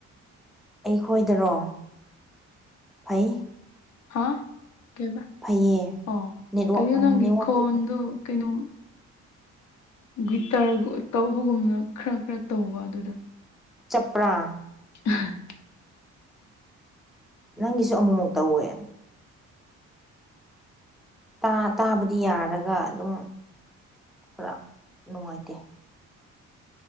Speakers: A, in the centre; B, on the left (about 65°).
A: ꯑꯩꯈꯣꯏꯗꯔꯣ ꯐꯩ
B: ꯍꯥ ꯀꯦꯕ
A: ꯐꯩꯌꯦ
B: ꯑꯣ
A: ꯅꯦꯠꯋꯥꯛ
B: ꯀꯩꯅꯣ ꯅꯪꯒꯤ
A: ꯅꯦꯠꯋꯥꯛꯇꯤ
B: ꯈꯣꯟꯗꯨ
A: ꯐꯩ
B: ꯀꯩꯅꯣ ꯒꯤꯇꯔ ꯇꯧꯕꯒꯨꯝꯅ ꯈꯔ ꯈꯔ ꯇꯧꯕ ꯑꯗꯨꯗ
A: ꯆꯞꯄ꯭ꯔꯥ
B: ꯑꯍ
A: ꯅꯪꯒꯤꯁꯨ ꯑꯃꯨꯛꯃꯨꯛ ꯇꯧꯋꯦ ꯇꯥ ꯇꯥꯕꯗꯤ ꯌꯥꯔꯒ ꯑꯗꯨꯝ ꯈꯔ ꯅꯨꯡꯉꯥꯏꯇꯦ